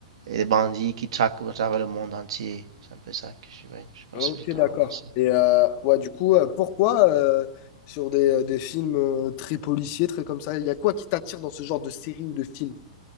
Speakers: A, on the right; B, on the left.
A: et des bandits qui traquent à travers le monde entier. C'est un peu ça que je, ouais, je pense
B: Ok,
A: que je dois
B: d'accord.
A: avancer.
B: Et euh, ouais, du coup, euh, pourquoi euh, sur des, euh, des films euh, très policiers, très comme ça, il y a quoi qui t'attire dans ce genre de série ou de film?